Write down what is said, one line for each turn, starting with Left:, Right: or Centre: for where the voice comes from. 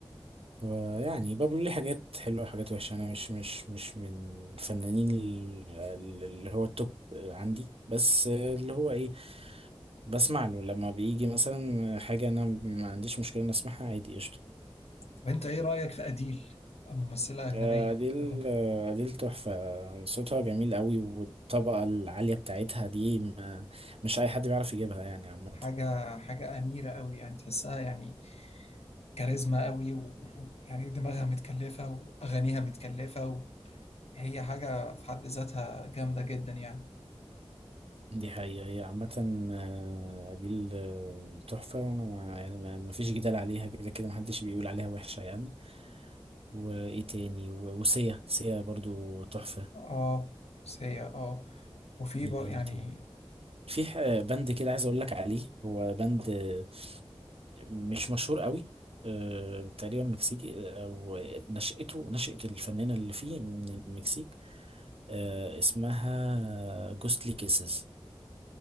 Right: هو يعني بابلو ليه حاجات حلوة وحاجات وحشة أنا مش مش مش من الفنانين ال- ال- اللي هو التوب عندي بس اللي هو إيه بسمع له لما بيجي مثلا حاجة أنا ما عنديش مشكلة إن أسمعها عادي قشطة
Left: طب أنت إيه رأيك في أديل ممثلة أجنبية
Right: أديل
Left: مغنية
Right: أديل تحفة صوتها جميل قوي والطبقة العالية بتاعتها دي ما مش أي حد بيعرف يجيبها يعني عامة
Left: حاجة حاجة أميرة قوي يعني تحسها يعني كاريزما قوي ويعني دماغها متكلفة وأغانيها متكلفة وهي حاجة في حد ذاتها جامدة جدا يعني
Right: دي حقيقة هي عامة آه، أديل آه، تحفة وأنا ما يعني ما ما فيش جدال عليها كده كده محدش بيقول عليها وحشة يعني وإيه تاني و- وسيا سيا برضو تحفة
Left: اه سيئة اه وفي
Right: مين
Left: بر يعني
Right: تاني في ح- بند كده عايز أقول لك عليه هو بند آه، مش مشهور قوي آه، تقريبا مكسيكي آه، أو نشأته نشأة الفنانة اللي فيه من المكسيك آه، اسمها جوستلي كيسز